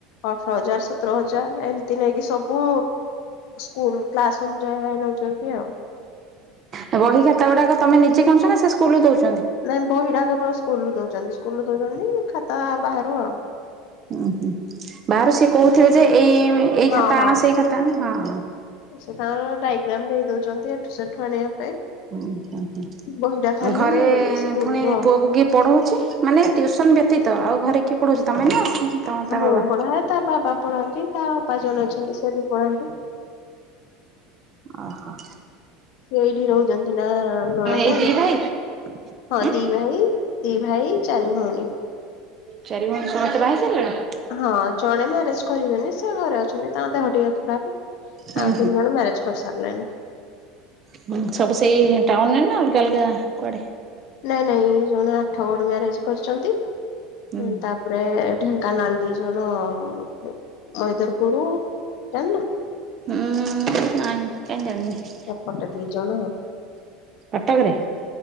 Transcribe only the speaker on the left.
ଅଠର ହଜାର ସତର ହଜାର ଏମତି ନେଇକି ସବୁ ସ୍କୁଲ କ୍ଲାସ ଅନୁଯାୟୀ ନୋ ଛନ୍ତି ଆଉ।
ନାଇଁ ବହିଟା କେବଳ ସ୍କୁଲରୁ ଦଉଛନ୍ତି ସ୍କୁଲରୁ ଦଉଛନ୍ତି ଖାତା ବାହାରୁ ଆଉ।
ହଁ
ହଁ
ସେ ତାଙ୍କର ଡାଇଗ୍ରାମ ଦେଇ ଦଉଛନ୍ତି ଏଠୁ ସେଠୁ ଆଣିବା ପାଇଁ।
ବହିଟା ଖାଲି
ସ୍କୁଲର
ମୁଁ
ପଢାଏ ତା ବାବା ପଢ଼ାନ୍ତି ତା ଅପା ଜଣେ ଅଛନ୍ତି ସେ ବି ପଢାନ୍ତି।
ସେ ଏଇଠି ରହୁଛନ୍ତି ନା ନଣଦ
ବି।
ହଁ
ଦି ଭାଇ ଦି ଭାଇ ଚାରି ଭଉଣୀ।
ହଁ ଜଣେ ମ୍ୟାରେଜ କରିବେନି ସେ ଘରେ ଅଛନ୍ତି ତାଙ୍କ ଦେହ ଟିକେ ଖରାପ। ଆଉ
ତିନି ଜଣ ମ୍ୟାରେଜ କରିସାରିଲେଣି।
ନାଇଁ ନାଇଁ ଜଣେ ଆଠ ଗଡ ମ୍ୟାରେଜ କରିଛନ୍ତି
ତାପରେ ଢେଙ୍କାନଳ ଦି ଜଣ ମଇଦରପୁର, ଯାଣିନ?
ସେପଟେ ଦି ଜଣ ନାଇଁ